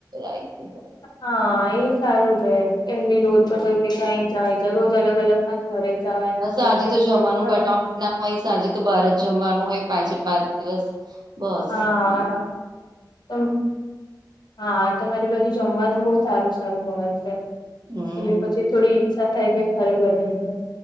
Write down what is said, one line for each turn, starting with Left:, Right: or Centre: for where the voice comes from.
Right: અહી
Left: હા એ સારું છે, એમ બી રોજ
Right: હમ
Left: પ કે ક્યાય જાય જ રોજ અલગ અલગ. ના ઘરે જવાનર
Right: ના સાંજે
Left: કઈ
Right: તો જમવાનું
Left: ઘરે મળે.
Right: બનાવાનું ના હોય સાંજે તો બાર જ જમવાનું હોય પાંચે પાંચ દિવસ બસ.
Left: હા
Right: <inaudible>
Left: તમ હા તમારી બાજુ જમવાનું બહુ સારું સારું <unintelligible> છે,
Right: હમ
Left: એટલે પછી. થોડી ઈચ્છા થાય કે ઘરે બનાવીએ.